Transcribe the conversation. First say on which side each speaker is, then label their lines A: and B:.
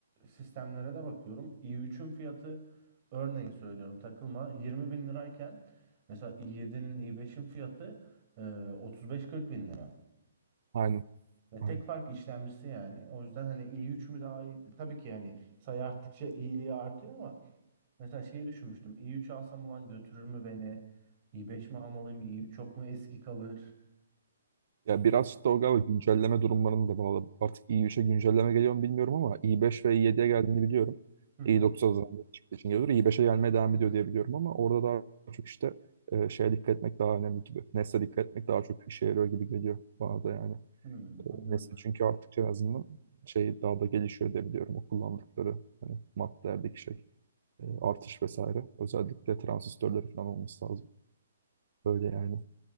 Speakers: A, on the right; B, on the right.
A: sistemlere de bakıyorum. i3'ün fiyatı örneğin söylüyorum takılma 20 bin lirayken mesela i7'nin i5'in fiyatı e, 35-40 bin lira.
B: Aynen.
A: Ve
B: Aynen.
A: tek fark işlemcisi yani. O yüzden hani i3 mü daha iyi? Tabii ki yani sayı arttıkça iyiliği artıyor ama mesela şeyi düşünmüştüm. i3 alsam ulan götürür mü beni? i5 mi almalıyım? i3 çok mu eski kalır?
B: Ya biraz
A: A-
B: işte o galiba güncelleme durumlarını da bağlı. Artık i3'e güncelleme geliyor mu bilmiyorum ama i5 ve i7'ye geldiğini biliyorum.
A: Hı hı.
B: i9 azından çıktığı için geliyor. i5'e gelmeye devam ediyor diye biliyorum ama orada daha çok işte e, şeye dikkat etmek daha önemli gibi. Nesle dikkat etmek daha çok işe yarıyor gibi geliyor bana da yani.
A: Hı,
B: E,
A: anladım.
B: nesli çünkü artık en azından şey daha da gelişiyor diye biliyorum. O kullandıkları hani maddelerdeki şey e, artış vesaire. Özellikle transistörleri falan olması lazım. Böyle yani.